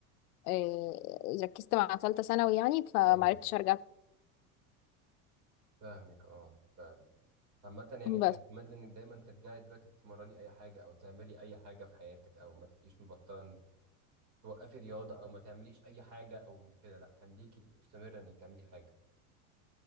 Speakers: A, on the left; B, on the right.
A: إيه ركزت مع ثالثه ثانوي يعني فمعرفتش
B: ايوه
A: ارجع
B: فاهمك اه فاهمك عامة يعني
A: بس
B: I recommend انك دايما ترجعي دلوقتي تتمرني اي حاجة او تعملي اي حاجة في حياتك او ما تبقيش مبطلة انك توقفي رياضة او ما تعمليش اي حاجة او كده لا خليكي مستمرة انك تعملي حاجة